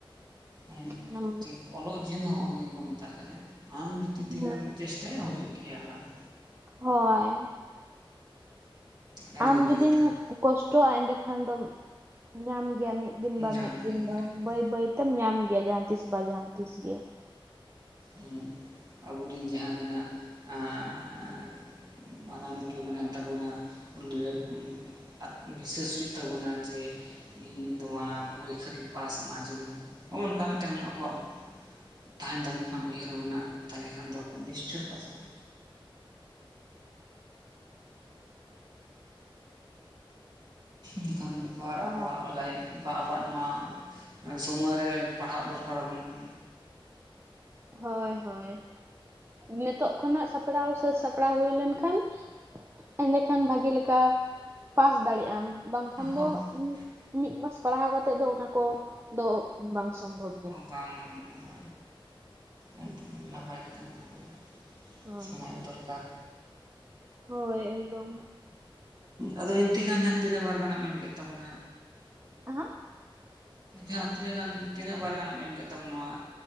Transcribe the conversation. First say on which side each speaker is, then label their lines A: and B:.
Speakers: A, on the right (about 50°); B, on the right (about 30°).
A: ᱦᱮᱸ
B: ᱢᱮᱱᱟᱢ᱾
A: ᱴᱷᱤᱠ ᱚᱞᱚᱜ ᱡᱤᱭᱚᱱ ᱦᱚᱸ ᱚᱱᱟ ᱜᱮᱠᱚ ᱢᱮᱛᱟᱜ ᱠᱟᱱᱟ ᱟᱢ ᱡᱩᱫᱤ
B: ᱦᱩᱸ
A: ᱛᱤᱱᱟᱹᱜ ᱮᱢ ᱪᱮᱥᱴᱼᱼ ᱭᱟ ᱦᱩᱭᱩᱜ ᱜᱮᱭᱟ ᱚᱱᱟ ᱫᱚ
B: ᱦᱳᱭ
A: ᱟᱹᱰᱤ
B: ᱟᱢ
A: ᱱᱟᱯᱟᱭ
B: ᱡᱩᱫᱤᱢ
A: ᱠᱟᱛᱷᱟ
B: ᱠᱚᱥᱴᱚᱜᱼᱟ ᱮᱸᱰᱮᱠᱷᱟᱱ ᱫᱚᱢ ᱧᱟᱢ ᱜᱮᱭᱟ ᱢᱤᱫ ᱢᱤᱫ ᱫᱤᱱ ᱵᱟ
A: ᱧᱟᱢ
B: ᱢᱤᱫ ᱫᱤᱱ
A: ᱜᱮᱭᱟᱢ
B: ᱫᱚ
A: ᱧᱟᱢ ᱜᱮᱭᱟᱢ
B: ᱵᱟᱹᱭ ᱵᱟᱹᱭᱛᱮᱢ ᱧᱟᱢ ᱜᱮᱭᱟ ᱡᱟᱦᱟᱸ ᱛᱤᱥ ᱵᱟᱝ ᱡᱟᱦᱟᱸ ᱛᱤᱥ ᱜᱮ
A: ᱦᱩᱸ ᱟᱵᱚᱨᱤᱱ ᱡᱟᱦᱟᱸᱭ ᱫᱚ ᱦᱟᱸᱜ ᱟᱸᱼ ᱢᱟᱨᱟᱝ ᱵᱩᱨᱩ ᱢᱮᱱᱟᱭ ᱛᱟᱵᱚᱱᱟ ᱩᱱᱨᱮ ᱟᱛᱛᱤᱭᱚ ᱵᱤᱥᱥᱟᱹᱥ ᱦᱩᱭᱩᱜ ᱛᱟᱵᱚᱱᱟ ᱡᱮ ᱤᱧ ᱱᱚᱣᱟ ᱯᱚᱨᱤᱠᱠᱷᱟᱨᱤᱧ ᱯᱟᱥ ᱢᱟ ᱡᱮᱢᱚᱱ ᱱᱚᱜᱼᱚ ᱱᱚᱝᱠᱟ ᱢᱤᱫᱴᱟᱝ ᱟᱵᱚᱣᱟᱜ ᱛᱟᱦᱮᱱ ᱛᱟᱵᱚᱱ ᱠᱷᱟᱱ ᱩᱭᱦᱟᱹᱨ ᱟᱵᱚᱱᱟᱜ ᱛᱟᱦᱚᱞᱮ ᱠᱷᱟᱱ ᱫᱚ ᱱᱤᱥᱪᱚᱭ ᱯᱟᱥᱚᱜᱼᱟ ᱚᱱᱠᱟᱱ ᱵᱮᱯᱟᱨ ᱟᱵᱚᱣᱟᱜ
B: ᱚ
A: ᱞᱟᱭᱤᱯᱷ ᱵᱟ ᱟᱵᱚᱣᱟᱜ ᱱᱚᱣᱟ ᱥᱚᱢᱚᱭ ᱨᱮ ᱯᱟᱲᱦᱟᱜ ᱫᱚᱨᱠᱟᱨ ᱟᱵᱚᱱ ᱠᱟᱱᱟ
B: ᱦᱳᱭ ᱦᱳᱭ ᱱᱤᱛᱚᱜ ᱠᱷᱚᱱᱟᱜ ᱥᱟᱯᱲᱟᱣ ᱥᱟᱹᱛ ᱥᱟᱯᱲᱟᱣ ᱦᱩᱭ ᱞᱮᱱᱠᱷᱟᱱ ᱮᱸᱰᱮᱠᱷᱟᱱ ᱵᱷᱟᱜᱤ ᱞᱮᱠᱟ ᱯᱟᱥ ᱫᱟᱲᱮᱭᱟᱜ ᱟᱢ ᱵᱟᱝᱠᱷᱟᱱ
A: ᱦᱳᱭ
B: ᱫᱚ ᱢᱤᱫ ᱢᱟᱥ ᱯᱟᱲᱦᱟᱣ ᱠᱟᱛᱮᱫ ᱫᱚ ᱚᱱᱟ ᱠᱚᱫᱚ ᱵᱟᱝ ᱥᱚᱢᱵᱷᱚᱵᱽ
A: ᱵᱟᱝ ᱜᱟᱱᱚᱜᱼᱟ ᱟᱨ ᱮᱠᱫᱚᱢ ᱱᱟᱯᱟᱭ ᱠᱟᱛᱷᱟ ᱢᱮᱱᱟᱜ ᱟᱠᱟᱫᱟ
B: ᱦᱳᱭ
A: ᱥᱮᱬᱟᱭ ᱫᱚᱨᱠᱟᱨ
B: ᱦᱳᱭ ᱮᱠᱫᱚᱢ
A: ᱟᱫᱚ ᱤᱱᱛᱮᱜᱟᱱ ᱦᱟᱸᱜ ᱛᱤᱱᱟᱹᱜ ᱵᱟᱨ ᱜᱟᱱ ᱮᱢ ᱠᱮᱫ ᱛᱟᱵᱚᱱᱟ
B: ᱦ <unintelligible>
A: ᱡᱟᱦᱟᱸ ᱛᱤᱱᱟᱹᱜ ᱜᱟᱱ ᱛᱤᱱᱟᱹᱜ ᱵᱟᱨ ᱜᱟᱱᱮᱢ ᱮᱢ ᱠᱮᱫ ᱛᱟᱵᱚᱱ ᱱᱚᱣᱟ